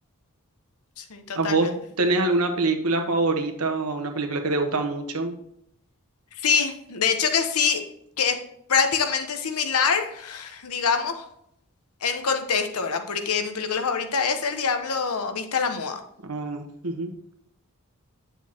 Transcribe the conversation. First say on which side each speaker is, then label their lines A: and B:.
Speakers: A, on the left (about 75°); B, on the right (about 75°).
A: sí, totalmente.
B: ¿A vos tenés alguna película favorita o una película que te gusta mucho?
A: Sí, de hecho que sí, que es prácticamente similar, digamos, en contexto, ¿verdad? Porque mi película favorita es El Diablo Vista a la Moda.
B: Ah, ujú,